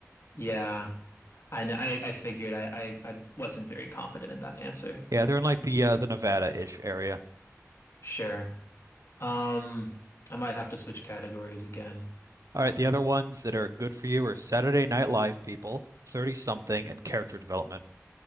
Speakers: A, on the left; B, on the right.
A: Yeah. I know. I, I figured I, I, I wasn't very confident in that answer.
B: Yeah, they're in like the uh, the Nevada-ish area.
A: Sure. Um, I might have to switch categories again.
B: All right, the other ones that are good for you are Saturday Night Live people, 30 something, and character development.